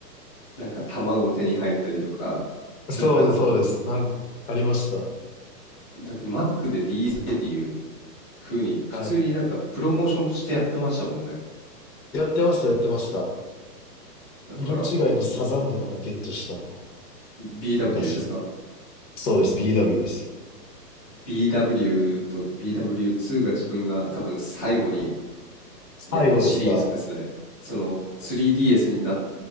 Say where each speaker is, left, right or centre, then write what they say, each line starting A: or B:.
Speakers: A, on the left; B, on the left.
A: なんか卵手に入ったりとか、
B: そうです、
A: なんか、
B: そうです。なん、ありました。
A: だって Mac で DS っていう風に、普通になんかプロモーションとしてやってましたもんね。
B: はい。やってました、やってました。
A: だから、
B: 色違いのサザンドラゲットしたな。
A: BW
B: 昔。
A: ですか
B: そうです、BW です。
A: BW と BW2 が自分が多分最後に
B: 最後ですか。
A: やったシリーズですね。その 3DS になっ